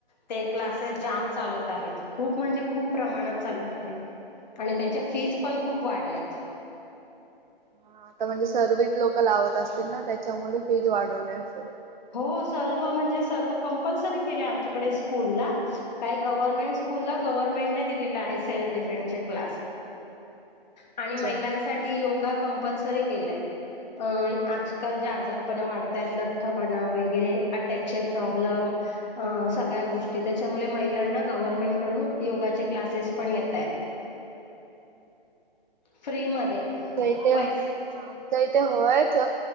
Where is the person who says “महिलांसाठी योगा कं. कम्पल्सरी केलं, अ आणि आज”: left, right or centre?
Left